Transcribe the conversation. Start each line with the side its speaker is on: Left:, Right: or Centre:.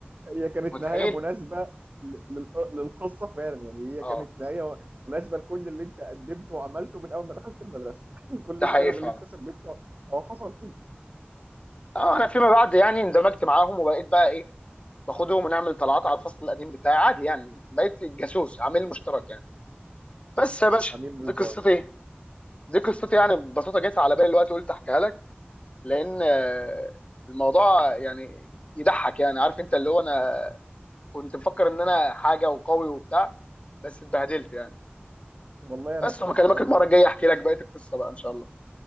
Right: هي كانت
Left: متخيل
Right: نهايه مناسبه لل- لل- للقصه فعلا يعني هي
Left: اه
Right: كانت نهايه مناسبه لكل اللي انت قدمته وعملته من اول ما دخلت المدرسه <laughs> لكل
Left: ده
Right: الشغب
Left: حقيقي فعلا
Right: اللي انت سببته او حصل فيك
Left: اه انا فيما بعد يعني اندمجت معاهم وبقيت بقى ايه باخدهم ونعمل طلعات على الفصل القديم بتاعي عادي يعني بقيت جاسوس عامل مشترك يعني بس يا باشا
Right: عميل مزدوج
Left: دي قصتي دي قصتي يعني ببساطه جت على بالي الوقت قلت احكيها لك لان آه، الموضوع يعني يضحك يعني عارف انت اللي هو انا كنت مفكر ان انا حاجه وقوي وبتاع بس اتبهدلت يعني
Right: والله انا
Left: بس
Right: استمتع
Left: لما اكلمك المره الجايه احكي لك بقيه القصه بقى ان شاء الله